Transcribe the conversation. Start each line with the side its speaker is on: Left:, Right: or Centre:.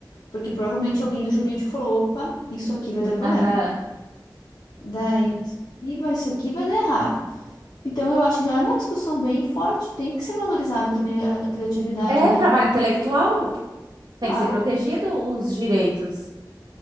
Left: Porque provavelmente alguém do jurídico falou: opa, isso aqui vai dar problema.
Right: Aham.
Left: Daí vai, isso aqui vai dar errado. Então eu acho que já é uma discussão bem forte, tem que ser valorizado também a, a criatividade,
Right: É
Left: né?
Right: o trabalho intelectual,
Left: Claro.
Right: tem que ser protegido os direitos